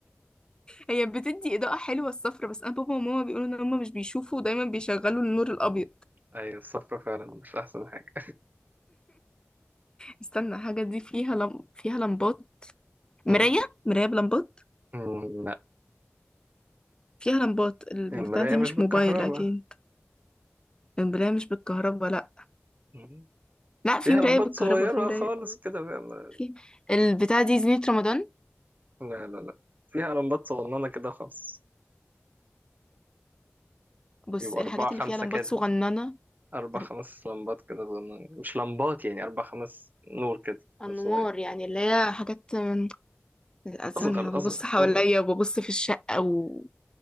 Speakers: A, on the left; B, on the right.
A: هي بتدي اضاءه حلوه الصفرة بس انا بابا وماما بيقولوا ان هم مش بيشوفوا ودايما بيشغلوا النور الابيض
B: ايوه الصفرة فعلا مش احسن حاجة
A: استنى الحاجه دي فيها لم... فيها لمبات مرايه
B: مم.
A: مرايه بلمبات
B: مم، لا
A: فيها لمبات البتاعه
B: المراية
A: دي
B: مش
A: مش
B: بالكهرباء
A: موبايل اكيد المرايه مش بالكهرباء لا
B: مم.
A: لا في
B: فيها
A: مراية
B: لمبات
A: بالكهرباء
B: صغيرة
A: في مراية
B: خالص كده فاهم؟
A: في البتاعة دي زينة رمضان
B: لا لا لا فيها لمبات صغننة كده خالص
A: بص
B: يبقى
A: الحاجات
B: أربعة خمسة
A: اللي فيها لمبات
B: كده
A: صغننة
B: أربع
A: أر-
B: خمس لمبات كده صغننين مش لمبات يعني أربع خمس نور كده
A: أنوار
B: نور صغير
A: يعني اللي هي حاجات من الأذان
B: أصغر
A: أنا ببص
B: أصغر
A: حواليا
B: أصغر
A: وببص في الشقة و